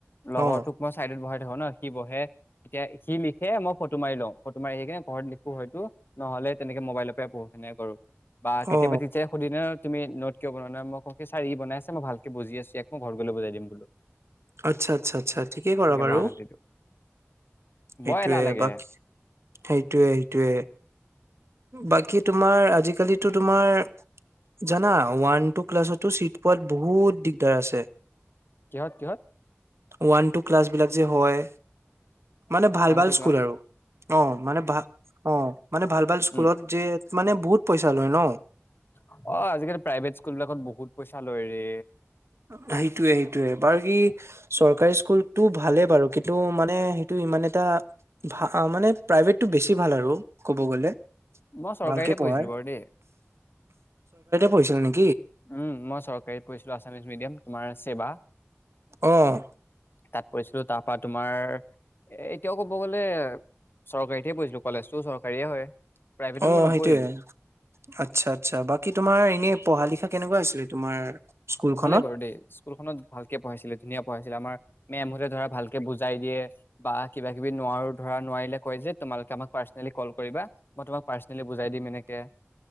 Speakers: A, on the left; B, on the right.
A: লগৰটোক
B: অ
A: মই চাইডত বহাই, ধৰ না, সি বহে এতিয়া সি লিখে, মই ফটো মাৰি লওঁ, ফটো মাৰি কিনে ঘৰত লিখোঁ হয়তো নহলে তেনেকে মোবাইলতে পঢ়ো হেনেকে কৰোঁ। বা', কেতিয়াবা
B: অ
A: টিচাৰে সুধিলে ন তুমি নট কিয় বনোৱা নাই, মই কওঁ কি ছাৰ ই বনাই আছে মই ভাল কে বুজি আছোঁ, ইয়াক মই ঘৰত গ'লে বুজাই দিম বোলোঁ।
B: আচ্ছা', - আচ্ছা', - আচ্ছা', ঠিকেই কৰা বাৰু।
A: বাহানা দি দিওঁ বৰ
B: এইটোৱে,
A: এলাহ লাগে
B: বাকী সেইটোৱে সেইটোৱে। বাকী, তোমাৰ আজিকালিতো তোমাৰ, জানা ওৱান টু ক্লাছতো চিট পোৱাত বহুত দিগদাৰ আছে।
A: কিহত কিহত?
B: ওৱান টু ক্লাছবিলাক যে হয়। মানে ভাল
A: ওৱান
B: ভাল
A: টু ক্লাছ
B: স্কুল আৰু অ', মানে ভা, অ', মানে ভাল ভাল স্কুলত
A: উম
B: যে, মানে বহুত পইচা লয় ন?
A: অ', আজিকালি প্ৰাইভেট স্কুলবিলাকত বহুত পইচা লয় ৰে।
B: সেইটোয়ে সেইটোয়ে বাৰু কি। চৰকাৰী স্কুলতটো ভালেই বাৰু কিন্তু মানে সেইটো ইমান এটা ভা, মানে প্ৰাইভেটটো বেছি ভাল আৰু ক'ব গ'লে।
A: মই চৰকাৰীতে
B: ভালকে পঢ়াই
A: পঢ়িছিলোঁ বাৰু দেই।
B: পঢ়িছিলে নি,
A: উম', মই চৰকাৰীত পঢ়িছিলোঁ আছামিছ মিডিয়াম। তোমাৰ ছেবা
B: অহ',
A: তাত পঢ়িছিলোঁ, তাৰপৰা তোমাৰ, এ', এতিয়া ক'ব গ'লে, চৰকাৰীত হে পঢ়িছিলো, কলেজটো চৰকাৰী এই হয়। প্ৰাইভেটত
B: অ',
A: মই নপঢ়িলোঁ,
B: সেইটোয়ে, আচ্ছা, আচ্ছা, বাকী তোমাৰ এনেই পঢ়া লিখা, কেনেকুৱা হৈছিলে তোমাৰ? স্কুলখনত
A: ভালেই বাৰু দেই স্কুলখনত ভাল ভালকে পঢ়াইছিলে, ধুনীয়া পঢ়াইছিলে আমাৰ মে'মহতে ধৰা ভালকে বুজাই দিয়ে বা কিবা কিবি নোৱাৰো ধৰা নোৱাৰিলে কয় যে তোমালোকে আমাক পাৰ্চনেলী কল কৰিবা মই তোমাক পাৰ্চনেলী বুজাই দিম এনেকে।